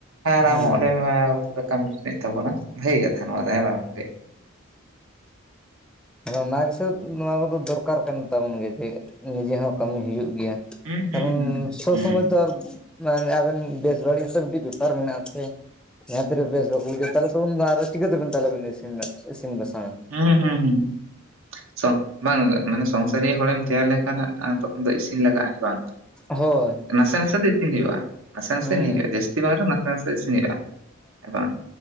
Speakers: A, on the right; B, in the centre.
A: ᱟᱨ
B: ᱦᱮᱸ
A: ᱟᱢ ᱚᱸᱰᱮ ᱩᱛᱩ ᱫᱟᱠᱟ ᱢᱮᱱᱟᱜ ᱛᱟᱵᱚᱱᱟ ᱵᱷᱟᱹᱜᱤ ᱠᱟᱛᱷᱟ ᱱᱚᱣᱟ ᱫᱚ ᱦᱮᱸ ᱵᱟᱝ ᱜᱚᱢᱠᱮ
B: ᱟᱫᱚ ᱚᱱᱟ ᱜᱮᱥᱮ ᱱᱚᱣᱟ ᱠᱚᱫᱚ ᱫᱚᱨᱠᱟᱨ ᱠᱟᱱ ᱛᱟᱵᱚᱱ ᱜᱮ ᱡᱮ ᱱᱤᱡᱮ ᱦᱚᱸ ᱠᱟᱹᱢᱤ ᱦᱩᱭᱩᱜ ᱜᱮᱭᱟ
A: ᱦᱩᱸ ᱦᱩᱸ
B: ᱠᱟᱨᱚᱱ ᱥᱚᱵ
A: ᱦᱩᱸ ᱦᱩᱸ
B: ᱥᱚᱢᱚᱭ ᱫᱚ ᱟᱨ ᱢᱟᱱᱮ ᱟᱵᱤᱮᱱ ᱵᱮᱥ ᱵᱟᱹᱲᱤᱡ ᱥᱮ ᱢᱤᱴᱟᱝ ᱵᱮᱯᱟᱨ ᱢᱮᱱᱟᱜ ᱟᱥᱮ ᱡᱟᱦᱟᱸ ᱛᱤᱨᱮ ᱵᱮᱥ ᱵᱟᱠᱚ ᱵᱩᱡᱷᱟᱹᱣ ᱛᱟᱦᱚᱞᱮ ᱩᱱ <unintelligible> <unintelligible> <unintelligible> ᱛᱟᱦᱚᱞᱮ ᱵᱤᱱ ᱤᱥᱤᱱ ᱤ ᱵᱟᱥᱟᱝᱼᱟ
A: ᱦᱩᱸ ᱦᱩᱸ ᱦᱩᱸᱥᱚᱝ ᱵᱟᱝ ᱢᱟᱱᱮ ᱥᱚᱝᱥᱟᱨᱤᱭᱟᱹ ᱦᱚᱲᱮᱢ ᱛᱮᱭᱟᱨ ᱞᱮᱠᱷᱟᱱ ᱱᱟᱜ ᱟᱨ ᱛᱚᱠᱷᱚᱱ ᱫᱚ ᱤᱥᱤᱱ ᱞᱟᱜᱟᱜᱼᱟ ᱦᱮᱸ ᱵᱟᱝ
B: ᱦᱳᱭ
A: ᱱᱟᱥᱮ ᱱᱟᱥᱮ ᱫᱚ ᱤᱥᱤᱱ ᱦᱩᱭᱩᱜᱼᱟ᱾ ᱱᱟᱥᱮ ᱱᱟᱥᱮ
B: ᱦᱮᱸ
A: ᱱᱤᱨᱟᱹ ᱡᱟᱹᱥᱛᱤ ᱵᱟᱝ ᱨᱮ ᱦᱚᱸ ᱱᱟᱥᱮ ᱱᱟᱥᱮ ᱤᱥᱤᱱ ᱦᱩᱭᱩ-ᱟ ᱦᱮᱸ ᱵᱟᱝ